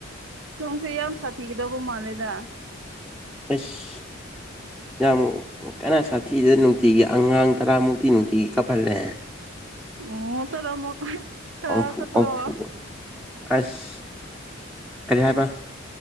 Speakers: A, on the right; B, in the centre.
A: ꯁꯣꯝꯁꯦ ꯌꯥꯝ ꯁꯥꯊꯤꯒꯗꯧꯕ ꯃꯥꯜꯂꯦꯗ
B: ꯑꯩꯁ ꯌꯥꯝ ꯀꯟꯅ ꯁꯥꯊꯤꯗꯦ ꯅꯨꯡꯇꯤꯒꯤ ꯑꯉꯥꯡ ꯇꯔꯥꯃꯨꯛꯇꯤ ꯅꯨꯡꯇꯤꯒꯤ ꯀꯥꯞꯍꯜꯂꯦ
A: ꯑꯣ ꯇꯔꯥꯃꯨꯛ ꯇꯔꯥ
B: ꯑꯃꯨꯛꯐꯨ
A: ꯈꯛꯇꯔꯣ
B: ꯑꯃꯨꯛꯐꯨ ꯑꯁ ꯀꯔꯤ ꯍꯥꯏꯕ